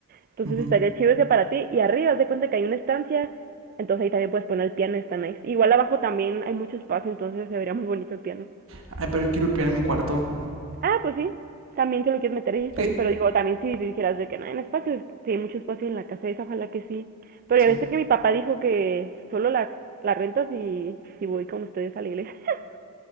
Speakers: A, on the right (about 40°); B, on the right (about 60°).
A: Entonces
B: ujú.
A: estaría chido ese para ti. Y arriba, haz de cuenta que hay una estancia, entonces ahí también puedes poner el piano, está nice. Igual abajo también hay mucho espacio, entonces se vería muy bonito el piano.
B: Ay, pero yo quiero el piano en mi cuarto.
A: Ah, pues sí, también te lo quieres meter ahí, está
B: ¿Qué?
A: bien, pero digo, también si dijeras de que no hay espacio, si hay mucho espacio en la casa esa, ojalá que sí. Pero
B: Sí.
A: ya viste que mi papá dijo que solo la, la renta si, si voy con ustedes a la iglesia. <laughs>